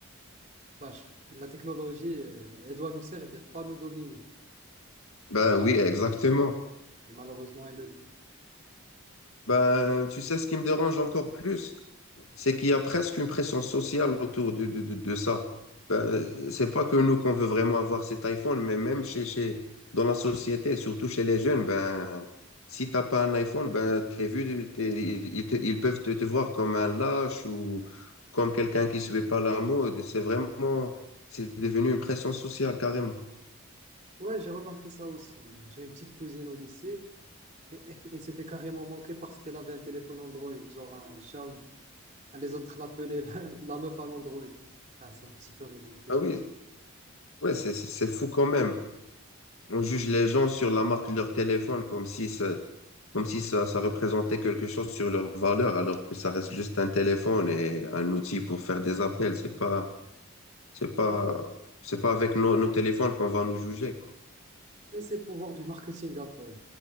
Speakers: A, on the right; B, on the left.
A: Vache, la technologie, euh, elle doit nous servir, pas nous dominer.
B: Bah
A: Ben,
B: oui, exactement.
A: et malheureusement, elle le fait.
B: Ben, tu sais, ce qui me dérange encore plus, c'est qu'il y a presque une pression sociale autour de, de, de, de ça. Ben, c'est pas que nous qu'on veut vraiment avoir cet iPhone, mais même chez, chez, dans la société, surtout chez les jeunes, ben, si t'as pas un iPhone, ben, t'es vu, t'es- ils, ils te- ils peuvent te, te voir comme un lâche ou comme quelqu'un qui suit pas la mode. C'est vraiment, c'est devenu une pression sociale carrément.
A: Ouais, j'ai remarqué ça aussi. J'ai une petite cousine au lycée. et- et- Elle s'est fait carrément manquer parce qu'elle avait un téléphone Android, genre un Xiaomi. Ah, Les autres l'appelaient la, <laughs> la meuf à l'Android. Ah, c'est un petit peu ridicule.
B: Ah oui, ouais, c'est c'est- c'est fou quand même. On juge les gens sur la marque de leur téléphone comme si ça comme si ça, ça représentait quelque chose sur leur valeur, alors que ça reste juste un téléphone et un outil pour faire des appels. C'est pas, c'est
A: Mais,
B: pas, c'est pas avec nos, nos téléphones qu'on va nous juger. quoi.
A: mais c'est le pouvoir du marketing Apple.